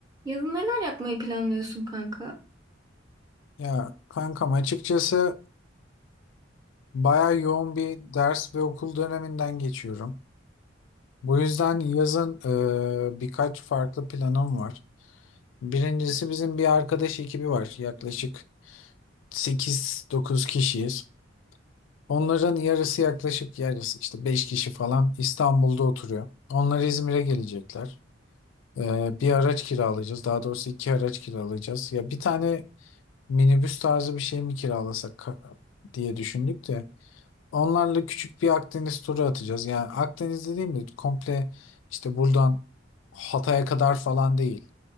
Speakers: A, on the right; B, on the left.
A: Yazın neler yapmayı planlıyorsun kanka?
B: Ya kankam açıkçası bayağı yoğun bir ders ve okul döneminden geçiyorum. Bu yüzden yazın e, birkaç farklı planım var. Birincisi bizim bir arkadaş ekibi var. Yaklaşık 8-9 kişiyiz. Onların yarısı yaklaşık yarısı işte 5 kişi falan İstanbul'da oturuyor. Onlar İzmir'e gelecekler. E, bir araç kiralayacağız. Daha doğrusu iki araç kiralayacağız. Ya bir tane minibüs tarzı bir şey mi kiralasak ka- diye düşündük de. Onlarla küçük bir Akdeniz turu atacağız. Yani Akdeniz dediğimde komple işte buradan Hatay'a kadar falan değil.